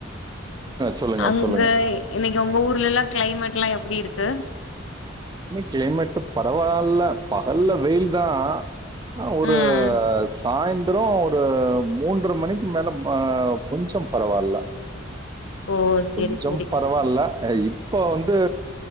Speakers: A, on the right (about 20°); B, on the left (about 75°).
A: சொல்லுங்க
B: அங்க
A: சொல்லுங்க
B: இன்னக்கி ஒங்க ஊர்லலா கிளைமேட்லா எப்டி இருக்கு
A: கிளைமேட்டு பரவால்ல பகல்ல வெயில் தா ஆ ஒரு
B: ம்
A: சாய்ந் தர ஒரு மூன்ற மணிக்கு மேல கொஞ்சொ பரவால்ல
B: ஓ செரி
A: கொஞ்சம்
B: செரி.
A: பரவால்ல இப்ப வந்து